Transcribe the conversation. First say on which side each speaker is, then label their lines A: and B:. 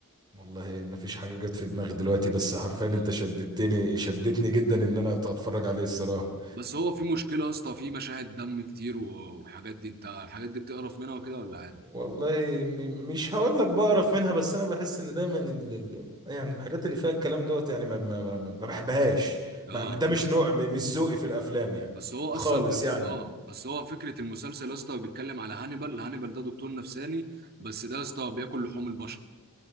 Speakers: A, on the right; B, on the right.
A: والله ما فيش حاجة جت في دماغي دلوقتي بس حرفيا انت
B: آه.
A: شدتني شدتني جدا ان انا اتفرج عليه الصراحة
B: بس هو في مشكله يا اسطى في مشاهد دم كتير و- وحاجات دي انت الحاجات دي بتقرف منها وكده ولا عادي
A: والله م- مش هقول لك بقرف منها بس انا بحس ان دايما ال... ال- يعني الحاجات اللي فيها الكلام دوت يعني ما, ما, ما, ما بحبهاش
B: اه
A: ما... ده
B: اه
A: مش نوع م- مش ذوقي في الافلام يعني
B: بس هو
A: خالص
B: اصلا فكره
A: يعني
B: اه بس هو فكره المسلسل يا اسطى بيتكلم على هانيبال هانيبال ده دكتور نفساني بس ده يا اسطى بياكل لحوم البشر